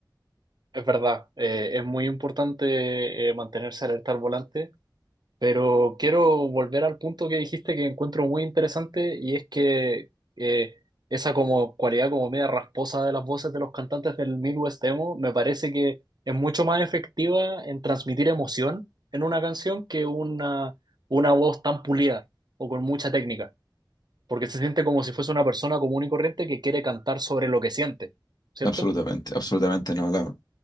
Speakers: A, on the right; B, on the left.
A: Es verdad, eh, es muy importante eh, mantenerse alerta al volante Pero quiero volver al punto que dijiste que encuentro muy interesante y es que eh, esa como cualidad como media rasposa de las voces de los cantantes del Midwest emo me parece que es mucho más efectiva en transmitir emoción en una canción que una, una voz tan pulida o con mucha técnica, porque se siente como si fuese una persona común y corriente que quiere cantar sobre lo que siente, ¿cierto?
B: Absolutamente, absolutamente no. la-